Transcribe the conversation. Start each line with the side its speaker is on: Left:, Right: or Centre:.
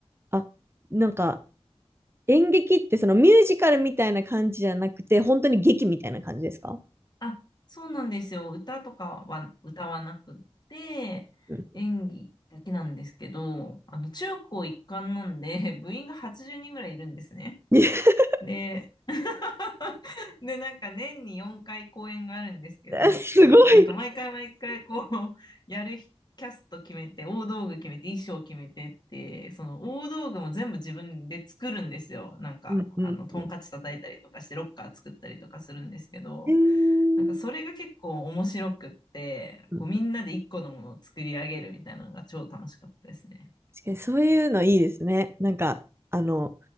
Right: あ、なんか、演劇ってそのミュージカルみたいな感じじゃなくて、本当に劇みたいな感じですか
Left: あ、そうなんですよ。歌とかは歌わなくって、
Right: うん
Left: 演技だけなんですけど、あの、中高一貫なんで、<laughs> 部員が80人ぐらいいるんですね。
Right: <laughs>
Left: で、<laughs> で、なんか年に4回公演があるんですけど、
Right: すごい。
Left: なんか毎回毎回こう、やる日キャスト決めて、大道具決めて、衣装決めてって、その大道具も全部自分で作るんですよ。なんか、
Right: うんうんうん
Left: あの、トンカチ叩いたりとかして、ロッカー作ったりとかするんですけど、
Right: へー
Left: なんかそれが結構面白くって、
Right: うん
Left: こうみんなで一個のものを作り上げるみたいなのが超楽しかったですね。
Right: 確かにそういうのいいですね。なんか、あの、